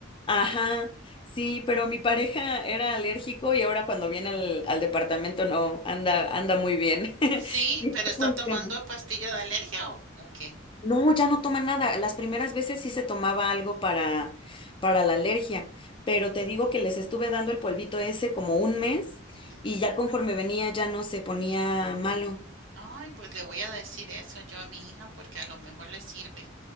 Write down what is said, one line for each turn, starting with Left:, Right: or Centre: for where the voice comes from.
Left: Ajá, sí, pero mi pareja era alérgico y ahora cuando viene al, al departamento no, anda, anda muy bien. <laughs>
Right: Sí,
Left: Y
Right: pero
Left: ya
Right: está
Left: funciona.
Right: tomando pastilla de alergia o, o qué?
Left: No, ya no toma nada. Las primeras veces sí se tomaba algo para, para la alergia, pero te digo que les estuve dando el polvito ese como un mes
Right: Ujú.
Left: y ya conforme venía ya no se ponía malo.
Right: Ay, pues le voy a decir eso yo a mi hija porque a lo mejor le sirve.